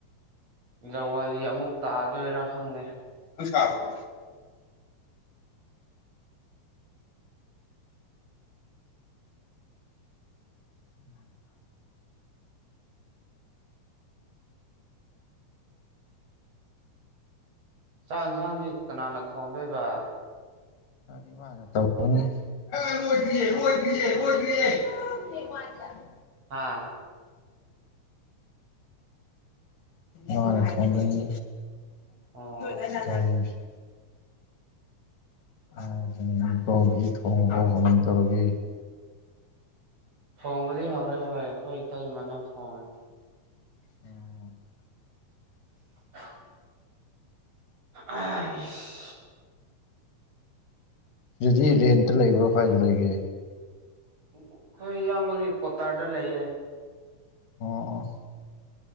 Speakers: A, on the right (about 50°); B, on the left (about 80°).
A: ꯖꯧꯋꯥꯂꯤ ꯑꯃꯨꯛ ꯇꯥꯗꯣꯏꯔꯥ ꯈꯪꯅꯦ
B: ꯑꯗꯨꯁꯥꯕꯗ <inaudible>
A: ꯆꯥꯛ ꯌꯦꯟꯁꯥꯡꯗꯤ ꯀꯅꯥꯅ ꯊꯣꯡꯗꯣꯏꯕ
B: ꯏꯃꯥꯏ ꯇꯧꯕꯅꯦ ꯂꯣꯏꯗꯔꯤꯌꯦ ꯂꯣꯏꯗꯔꯤꯌꯦ ꯂꯣꯏꯗꯔꯤꯌꯦ ꯕꯦꯛ ꯌꯥꯟꯆ <unintelligible>
A: ꯍꯥꯥ
B: ꯃꯥꯅ ꯊꯣꯡꯒꯅꯤ
A: ꯑꯣ
B: <unintelligible> ꯑꯪ ꯕꯔꯣꯒꯤꯗꯤ ꯊꯣꯡꯉꯕꯔꯣ ꯀꯃꯥꯏ ꯇꯧꯔꯒꯦ
A: ꯊꯣꯡꯕꯗꯤ ꯍꯧꯔꯦ ꯍꯣꯏ ꯑꯩꯈꯣꯏ ꯏꯇꯩꯃꯅ ꯊꯣꯡꯉꯦ
B: <inaudible>
A: <inaudible> ꯑꯥ ꯏꯁ
B: ꯖꯤꯗꯤ ꯔꯦꯟꯇ ꯂꯩꯕ꯭ꯔꯣ ꯀꯥꯏꯗ ꯂꯩꯒꯦ
A: ꯑꯩꯈꯣꯏ ꯏꯌꯥꯝꯕꯒꯤ ꯀꯣꯇꯥꯔꯗ ꯂꯩꯌꯦ
B: ꯑꯣ ꯑꯣ